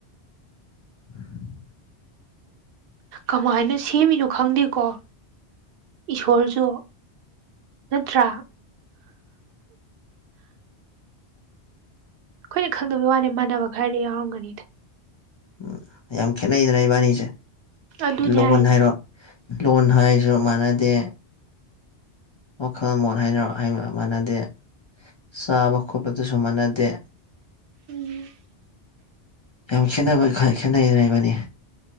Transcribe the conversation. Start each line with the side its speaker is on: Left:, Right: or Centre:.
Left: <inaudible>
Right: ꯀꯃꯥꯏꯅ ꯁꯦꯝꯃꯤꯅꯣ ꯈꯪꯗꯦꯀꯣ ꯏꯁꯣꯔꯁꯨ ꯅꯠꯇ꯭ꯔꯥ ꯈꯣꯏꯅ ꯈꯪꯗꯕꯩ ꯋꯥꯅꯤ ꯃꯥꯟꯅꯕ ꯈꯔꯗꯤ ꯌꯥꯎꯔꯝꯒꯅꯤꯗ
Left: ꯎꯝ ꯌꯥꯝ ꯈꯦꯠꯅꯩꯗꯅ ꯏꯕꯥꯟꯅꯤꯁꯦ
Right: ꯑꯗꯨꯅꯦ
Left: ꯂꯣꯟ
Right: ꯍꯥꯏꯁꯦ
Left: ꯍꯥꯏꯔꯣ ꯂꯣꯟ ꯍꯥꯏꯁꯨ ꯃꯥꯟꯅꯗꯦ ꯋꯥꯈꯜ ꯃꯣꯠ ꯍꯥꯏꯔꯣ ꯍꯥꯏꯕ ꯃꯥꯟꯅꯗꯦ ꯆꯥꯕ ꯈꯣꯠꯄꯗꯁꯨ ꯃꯥꯟꯅꯗꯦ
Right: ꯎꯝ
Left: ꯌꯥꯝ ꯈꯦꯠꯅꯕ ꯈ ꯈꯦꯠꯅꯩꯗꯅ ꯏꯕꯥꯟꯅꯤ